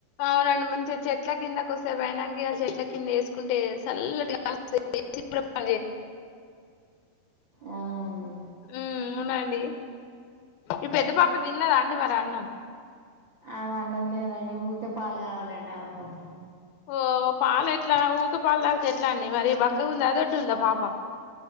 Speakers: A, on the left (about 80°); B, on the right (about 75°).
A: అవునండి మంచిగా చెట్ల కిందకి వస్తే బనాంగ చెట్ల కింద వేసుకుంటే చల్లటి కూడా ప
B: అవునండి
A: ఉ అవునండి ఈ పెద్ద పాప తిన్నదా అండి మరి అన్నం
B: అవి అన్నం కదండి ఊరిే పాలు కావాలండి ఆమెకు
A: ఓ పాలయితే ట్లా ఊరిక పాలు తకతే ఎట్లా అండి మరి బక్కగా ఉందా దొడ్డు ఉందా పాప